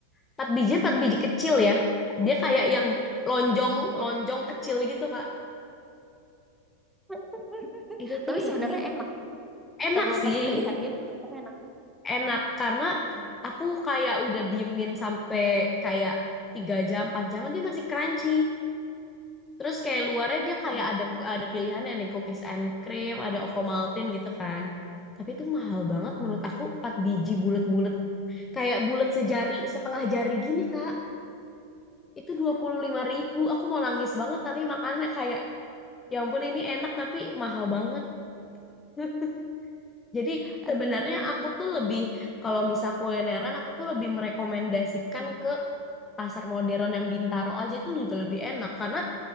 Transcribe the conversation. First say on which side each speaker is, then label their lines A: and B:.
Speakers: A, on the left; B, in the centre.
A: empat biji 4 biji kecil ya. Dia kayak yang lonjong lonjong kecil gitu Kak.
B: <laughs>
A: Itu tuh
B: Tapi sebenarnya
A: isi
B: enak.
A: enak
B: Terlepas
A: sih.
B: dari harga menurut kamu enak.
A: enak karena
B: Oh.
A: aku kayak udah diemin sampai kayak tiga jam 4 jam dia masih crunchy terus kayak luarnya dia kayak
B: Mm.
A: ada ada pilihannya ada cookies and cream ada Ovomaltine gitu kan tapi itu mahal banget menurut aku 4 biji bulat-bulat kayak bulat sejari setengah jari gini kak itu dua puluh lima ribu aku mau nangis banget tapi makannya kayak ya ampun ini enak tapi mahal banget <laughs> Jadi
B: Aduh.
A: sebenarnya aku tuh lebih kalau misal kulineran aku tuh lebih merekomendasikan pasar modern yang Bintaro aja itu juga lebih enak karena